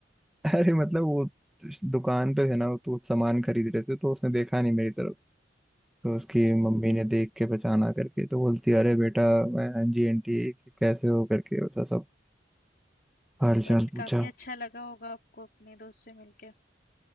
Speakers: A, in the centre; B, on the left.
A: अरे मतलब वो दुकान पे थे ना तो कुछ सामान खरीद रहे थे तो उसने देखा नहीं मेरी तरफ तो उसकी
B: अच्छा
A: मम्मी ने देख के पहचाना करके तो बोलती अरे बेटा मैं हाँ जी आंटी कैसे हो करके वैसा सब हाल
B: तो
A: चाल
B: अच्छ-
A: पूछा
B: काफी अच्छा लगा होगा आपको अपने दोस्त से मिलके